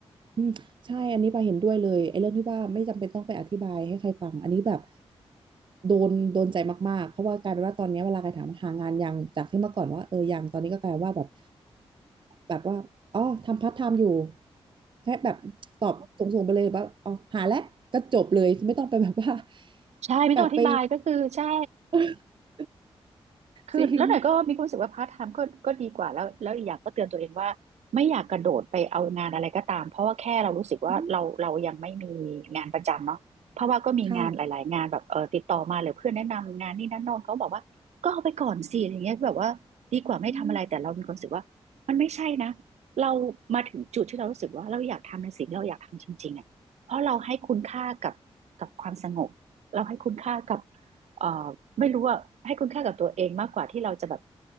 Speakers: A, on the right (about 45°); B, on the right (about 80°).
A: อืมใช่อันนี้ปาเห็นด้วยเลยไอ้เรื่องที่ว่าไม่จำเป็นต้องไปอธิบายให้ใครฟังอันนี้แบบโดนโดนใจมากๆเพราะว่ากลายเป็นว่าตอนเนี้ยเวลาใครถามหางานยังจากที่เมื่อก่อนว่าเออยังตอนนี้ก็กลายว่าแบบแบบว่าอ๋อทำพาร์ทไทม์อยู่แค่แบบตอบส่งๆไปเลยว่าอ๋อหาแล้วก็จบเลยไม่ต้องไปแบบว่า
B: ใช่ไม่ต้องอธิบายก็คือใช่
A: แบบไป <laughs>
B: คือแล้วหน่อยก็มีความรู้สึกว่าพาร์ทไทม์ก็ก็ดีกว่าแล้วแล้วอีกอย่างก็เตือนตัวเองว่าไม่อยากกระโดดไปเอางานอะไรก็ตามเพราะว่าแค่เรารู้สึกว่าเราเรายังไม่มีงานประจำเนาะเพราะว่าก็มีงานหลายๆงานแบบเออติดต่อมาหรือเพื่อนแนะนำงานนี่นั่นโน่นเขาบอกว่าก็เอาไปก่อนสิอย่างเงี้ยแบบว่าดีกว่าไม่ทำอะไรแต่เรามีความรู้สึกว่ามันไม่ใช่นะ
A: จริงอืมค่ะอืม
B: เรามาถึงจุดที่เรารู้สึกว่าเราอยากทำในสิ่งที่เราอยากทำจริงๆอ่ะเพราะเราให้คุณค่ากับกับความสงบเราให้คุณค่ากับ เอ่อไม่รู้ว่าให้คุณค่ากับตัวเองมากกว่าที่เราจะแบบ